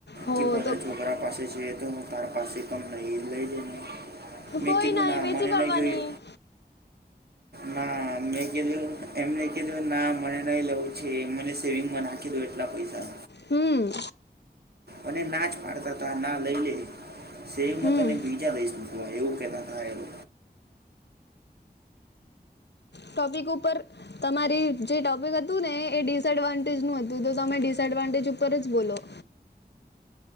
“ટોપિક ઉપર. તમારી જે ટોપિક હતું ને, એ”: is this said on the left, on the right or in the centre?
Left